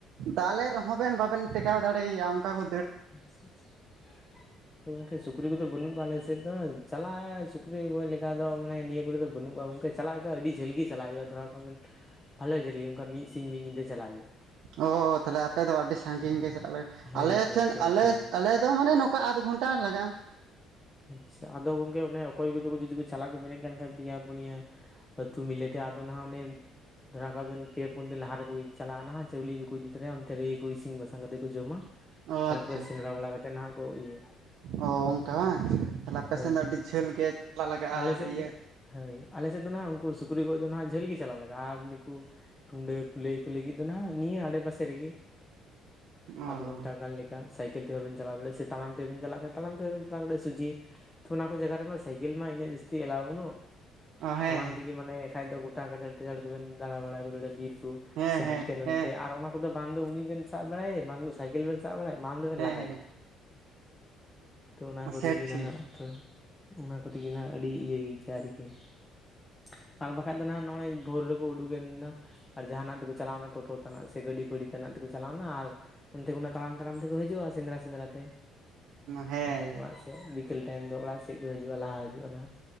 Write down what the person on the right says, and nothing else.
ᱫᱟᱞᱮ ᱨᱮᱦᱚᱸ ᱵᱮᱱ ᱵᱟᱵᱮᱱ ᱴᱮᱠᱟᱣ ᱫᱟᱲᱮᱭ ᱭᱟ ᱚᱱᱠᱟ ᱠᱚᱼᱼ
ᱚᱻ ᱛᱟᱦᱚᱞᱮ ᱟᱯᱮ ᱫᱚ ᱟᱰᱤ ᱥᱟᱺᱜᱤᱧ ᱜᱮ ᱯᱮ ᱛᱟᱦᱞᱮ,
ᱟᱞᱮ
ᱴᱷᱮᱱ ᱟᱞᱮ
ᱟᱞᱮᱼᱼ ᱫᱚ ᱢᱟᱱᱮ ᱱᱚᱝᱠᱟ ᱟᱫᱷ ᱜᱷᱚᱱᱴᱟ ᱞᱟᱜᱟᱜ-ᱟ ᱾
ᱚ
ᱟᱪᱪᱷᱟ
ᱚ ᱚᱱᱠᱟ ᱵᱟᱝ, ᱛᱟᱦᱚᱞᱮ ᱟᱯᱮ
ᱥᱮᱱ ᱫᱚ
ᱟᱹᱰᱤ ᱡᱷᱟᱹᱞ ᱜᱮ ᱪᱟᱞᱟᱜ ᱞᱟᱜᱟᱜ-ᱟ
ᱟᱨ
ᱤᱭᱟᱹᱼᱼ
ᱚ
ᱚ ᱦᱮᱸ
ᱦᱮᱸ
ᱦᱮᱸ
ᱦᱮᱸ
ᱦᱮᱸ
ᱦᱮᱸ
ᱥᱮ
ᱴᱷᱤᱠ
ᱦᱮᱸ